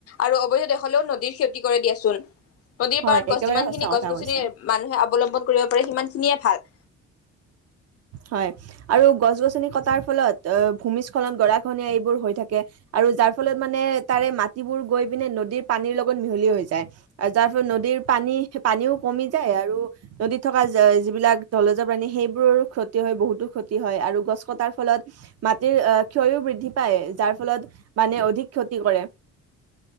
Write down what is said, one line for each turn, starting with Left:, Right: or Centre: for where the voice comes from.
Left: আৰু অবৈধ দখল হলেও নদীৰ ক্ষতি কৰে দিয়াচোন নদীৰ
Right: হয়
Left: পাৰত
Right: একেবাৰে
Left: গছ যিমান
Right: সঁচা
Left: খিনি
Right: কথা
Left: গছ গছনি
Right: কৈছা
Left: মানুহে যিমান কৰিব পাৰে সিমান খিনিয়ে ভাল
Right: হয় আৰু গছ গছনি কটাৰ ফলত আহ ভূমিস্খলন গৰা ঘনীয়া এইবোৰ হৈ থাকে আৰু যাৰ ফলত মানে তাৰে মাটিবোৰ গৈ পিনে নদীৰ পানীৰ লগত মিহলি হৈ যায় আৰু যাৰ ফলত নদীৰ পানী পানীও কমি যায় আৰু নদীত থকা যিবিলাক জলজৰ প্ৰাণী সেইব বহুত। ক্ষতি হয় বহুতো ক্ষতি হয় আৰু গছ কটাৰ ফলত মাটিৰ ক্ষয়ো বৃদ্ধি পায় যাৰ ফলত মানে অধিক ক্ষতি কৰে